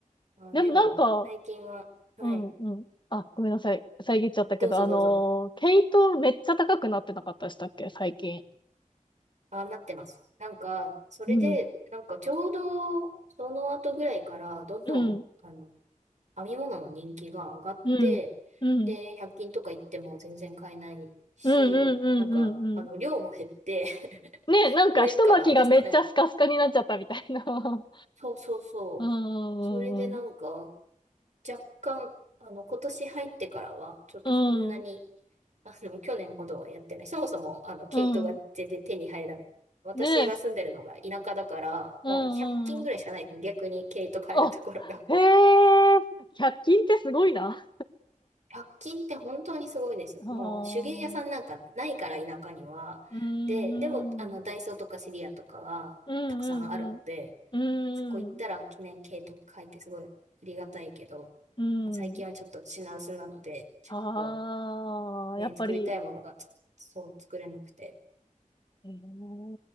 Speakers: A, on the right; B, on the left.
A: あ、
B: でもなんか、
A: でも、最近は、はい。
B: うんうん。あ、ごめんなさい。遮っちゃったけど、
A: どうぞどうぞ。
B: あのー毛糸めっちゃ高くなってなかったでしたっけ、最近。
A: あ、なってます。なんか、それで、
B: うん、
A: なんかちょうど、その後ぐらいから、どんどん、
B: うん、
A: あの、編み物の人気が上がって、
B: うん、うん、うん、
A: で、100均とか行っても全然買えないし、
B: うん、うん、うんうん。
A: なんか、あの、量も減って <laughs>
B: ね、なんか一巻きがめっちゃスカスカになっちゃったみたいな。
A: 売れるからですかね。
B: <laughs>
A: そうそうそう。
B: うんうんうん
A: それでなんか、若干、あの、今年入ってからは、ちょっとそんなに、
B: うん、
A: あの、<laughs> 去年ほどはやってない。そもそも、あの、毛糸が全然手に入らない。
B: うん。
A: 私が住んでるのが田舎だから、
B: ねえ、うん、
A: もう100均ぐらいしかないですね。
B: うん。
A: 逆に毛糸買えるところが。
B: あ、へえ、100均ってすごいな。
A: <laughs> 100均って本当にすごいです。
B: ああ、
A: もう手芸屋さんなんかないから田舎には。
B: うん、
A: で、でも、
B: うん、
A: あの、ダイソーとかシリアとかはたくさんあるので、
B: うん、うん、うん、
A: そこ行ったら記念毛糸買えてすごいありがたいけど、
B: うん。
A: 最近はちょっと品薄なので、ちょっと、
B: ああ、
A: ね、
B: やっぱり、
A: 作りたいものがつそう作れなくて。
B: ええ